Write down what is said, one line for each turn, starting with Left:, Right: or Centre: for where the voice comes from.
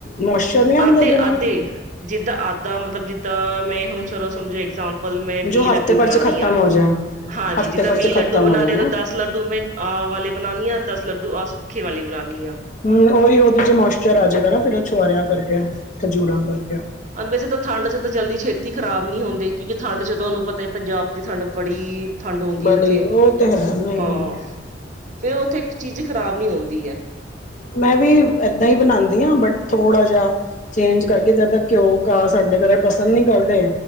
Left: ਮੋਇਸਚਰ ਨਹੀਂ ਆਉਂਦਾ
Right: ਆਧੇ-
Left: ਉਹਦੇ ਨਾਲ
Right: ਅੱਧੇ ਜਿੱਦਾਂ ਆੱਦਾ ਮਤਲਬ ਜਿੱਦਾਂ ਮੈਂ ਹੁਣ ਚਲੋ ਸਮਝੋ ਇਗਜਾਮ ਪਲ ਮੈਂ ਵੀਹ
Left: ਜੋ
Right: ਲੱਡੂ
Left: ਹਫ਼ਤੇ ਭਰ
Right: ਬਣਾ
Left: ਚ ਖ਼ਤਮ
Right: ਰਹੀ ਹਾਂ
Left: ਹੋ ਜਾ
Right: ਹਾਂਜੀ
Left: ਹਫ਼ਤੇ
Right: ਜਿੱਦਾਂ
Left: ਭਰ
Right: ਵੀਹ
Left: ਚ ਖ਼ਤਮ
Right: ਲੱਡੂ ਬਣਾ
Left: ਹੋ ਜਾਏ
Right: ਰਿਹਾ
Left: ਨਾ
Right: ਤਾਂ ਦਸ ਲੱਡੂ ਮੈਂ ਆਹ ਵਾਲੇ ਬਣਾਉਣੀ ਆ ਦਸ ਲੱਡੂ ਆਹ ਸੁੱਖੇ ਵਾਲੇ ਬਣਾਉਣੀ ਆ।
Left: ਹੂੰ ਓਹੀ ਓਦੇ 'ਚ ਮੋਇਸਚਰ ਆ ਜਾਏਗਾ ਨਾ ਫਿਰ ਓ ਛੁਆਰਿਆਂ ਕਰਕੇ ਖਜੂਰਾਂ ਕਰਕੇ।
Right: ਹੁਣ ਵੈਸੇ ਤਾਂ ਠੰਡ 'ਚ ਤਾਂ ਜਲਦੀ ਛੇਤੀਂ। ਛੇਤੀ ਖਰਾਬ ਨੀ ਹੁੰਦੇ ਕਿਉਂਕਿ ਠੰਡ 'ਚ ਤੁਹਾਨੂੰ ਪਤਾ ਪੰਜਾਬ ਦੀ ਠੰਡ ਬੜੀ। ਠੰਡ ਹੁੰਦੀ
Left: ਬੜੀ
Right: ਹੈ ਉੱਥੇ
Left: ਉਹ ਤੇ ਹੈ ਨਹੀਂ
Right: ਹਾਂ
Left: ਨਹੀਂ
Right: ਫੇਰ ਉੱਥੇ ਇੱਕ ਚੀਜ਼ ਖ਼ਰਾਬ ਨੀ ਹੁੰਦੀ ਹੈ।
Left: ਮੈਂ ਵੀ ਏਦਾਂ ਹੀ ਬਣਾਂਦੀ ਹਾਂ ਬਟ ਥੋੜਾ ਜਿਹਾ। ਚੇਂਜ ਕਰਕੇ ਜ਼ਿਆਦਾ ਘਿਓ ਘਾਹ ਸਾਡੇ ਘਰੇ ਪਸੰਦ ਨੀ ਕਰਦੇ।